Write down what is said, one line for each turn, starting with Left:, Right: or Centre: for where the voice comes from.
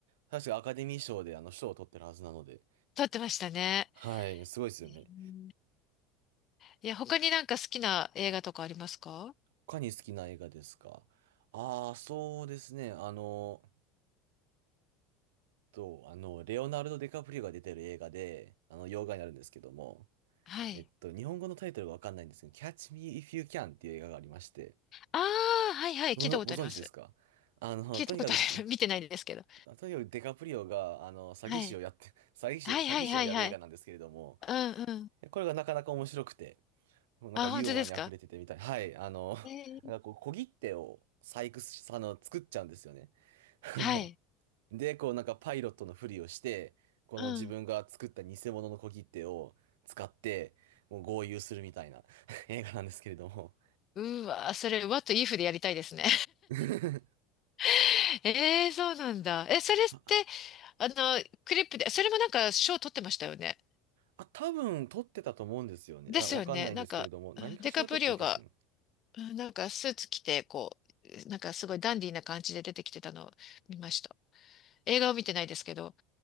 Right: 確かアカデミー賞であの賞を取ってるはずなので、
Left: 撮ってましたね。
Right: はい、すごいですよね。
Left: うんいや、他になんか好きな映画とかありますか
Right: 他に好きな映画ですかああー、そうですね。あの、と、あの、レオナルド・ディカプリオが出てる映画で、あの、洋画になるんですけども、
Left: はい。
Right: えっと、日本語のタイトルがわかんないんですけど、Catch Me If You Can っていう映画がありまして、
Left: ああ、はいはい、
Right: ご、
Left: 聞いたことあります。
Right: ご存知ですかあの、
Left: 聞いたことある
Right: <laughs> とにかく、<laughs> とに
Left: <laughs> 見てないですけど。
Right: かくデカプリオが、あの、詐欺師をやって、
Left: はい。
Right: <laughs> 詐欺師を、
Left: はいはいはいはい。
Right: 詐欺師をやる映画なんですけれども、
Left: うんうん。
Right: これがなかなか面白くて、なんかユーモアに溢れててみたい。
Left: あ、本当ですか
Right: はい、あの、<laughs>
Left: えー
Right: なんかこう、小切手を細工し、あの、作っちゃうんですよね。<laughs>
Left: はい。
Right: あの、で、こう、なんかパイロットのふりをして、この自分が作った偽物の小切手を使って、
Left: うん。
Right: もう豪遊するみたいな <laughs> 映画なんですけれども、
Left: うわ、それ、what if でやりたいですね。
Right: <laughs>
Left: <laughs> ええーそうなんだ。え、それって、
Right: あ、
Left: あの、クリップで、それもなんか賞取ってましたよね。
Right: あ多分撮ってたと思うんですよね。
Left: ですよね。
Right: あ、わかんないんですけれども、
Left: なんか、
Right: 何かしら撮った気がする。
Left: うんデカプリオが、うんなんかスーツ着て、こう、なんかすごいダンディーな感じで出てきてたのを見ました。映画を見てないですけど。